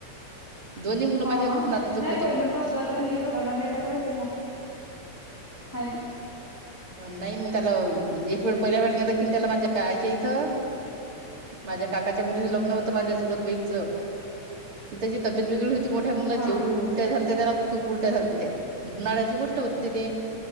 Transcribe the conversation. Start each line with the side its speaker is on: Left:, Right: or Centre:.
Right: दोन्ही मुलं
Centre: हा
Right: माझे
Centre: हा
Right: खूप नाजूक
Centre: नाही
Right: होते
Centre: पहिलूून पास जर नाही येतलेकर होते मग. हे
Right: नाही मग त्याला एक वेळ पहिल्या वेळ नेलं कि त्याला माझ्या आईच्या इथं. माझ्या काकाच्या मुलीच लग्न होतं माझ्या सरत बहीणचं ती त्याची तब्येत वेगळं होती मोठ्या मुला
Centre: हा
Right: जवढी उलट्या झालत्या त्याला खूप उलट्या झालत त्या उन्हाड्याची गोष्ट होती ति ते